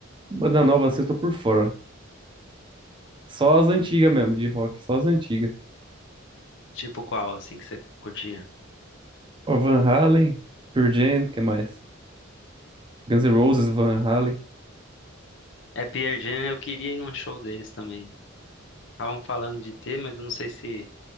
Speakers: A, on the right; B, on the left.
A: Banda nova assim eu tô por fora. Só as antigas mesmo, de rock. Só as antigas.
B: Tipo qual, assim, que você curtia?
A: Ó, Van Halen, Pearl Jam, o que mais? Guns N' Roses, Van Halen.
B: É, Pearl Jam, eu queria ir num show deles também. Estavam falando de ter, mas eu não sei se,